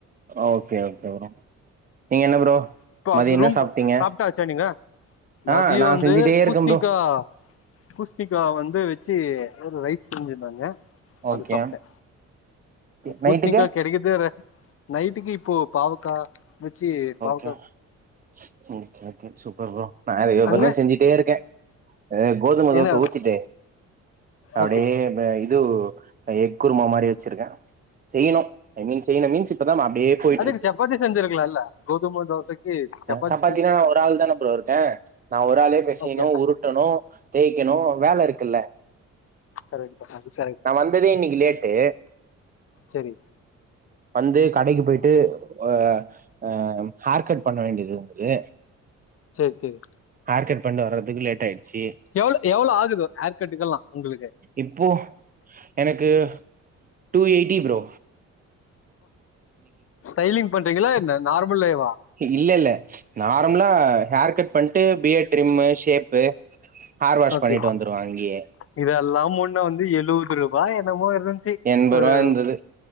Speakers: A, on the right; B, on the left.
A: ஓகே ஓகே ப்ரோ நீங்க என்ன ப்ரோ
B: இப்ப அது
A: மதிய என்ன
B: ரூம்
A: சாப்ட்டீங்க
B: சாப்டாச்சா நீங்க
A: ஆ
B: மதிய
A: நா
B: வந்து
A: செஞ்சுட்டே இருக்கே
B: பூஸ்ணிக்கா
A: ப்ரோ
B: பூஸ்ணிக்கா வந்து வச்சு ஒரு ரைஸ் செஞ்சிருந்தாங்க
A: ஓகே
B: அது சாப்ட்டே பூஸ்ணிக்கா
A: நைட்டுக்கு
B: கிடைக்குறதே ரேர் நைட்டுக்கு இப் போ பாவக்கா வச்சி பாவ
A: ம் சூப்பர் ப்ரோ நா அதே
B: அங்க
A: மாரிதா செஞ்சிட்டே இருக்கேன் கோதுமை
B: என்ன
A: தோச ஊத்திட்டே அப்டியே
B: ஓகே
A: இது நா எக் குருமா மாரி வச்சிருக்கே செய்யணு ஐ மீன் செய்யனு மீன்ஸ் இப்பதா அப்டியே போயிட்டு
B: அதுக்கு
A: இருக்கு
B: சப்பாத்தி செஞ்சு இருக்கலால்ல கோதும தோசைக்கு சப்பாத்தி
A: சப்பாத்தினா நா ஒரு ஆள் தான ப்ரோ இருக்கேன் நா ஒரு ஆளே பெசயணு
B: ஓகே
A: உருட்டணு தேய்க்கணு வேல இருக்குல்ல
B: கரெக்ட் தா அது கரெக்ட்
A: நா
B: தா
A: வந்ததே இன்னைக்கு லேட்டு
B: செரி
A: வந்து கடைக்கு போய்ட்டு அ அ ஹேர்க்கட் பண்ண வேண்டியது இருந்தது
B: சேரி சேரி
A: ஹார்கட் பண்டு வர்றதுக்கு லேட் ஆயிடுச்சு
B: எவ்ளோ எவ்ளோ ஆகுது ஹேர் கட்டுக்கெல்லா உங்களுக்கு
A: இப்போ எனக்கு டூ எயிட்டி பிரோ
B: ஸ்டைலிங் பண்றீங்களா என்ன நாரு மலேவா
A: இல்லெல்ல நார்மலா ஹேர் கட் பண்ட்டு அப்டே trim shape hair wash
B: okay
A: பண்ணிட்டு வந்துருவ அங்கயே
B: இதெல்லா முன்ன வந்து எழு ரூபா என்னமோ இருந்துச்சு
A: எண்பருவாயிருந்துது
B: ஒரு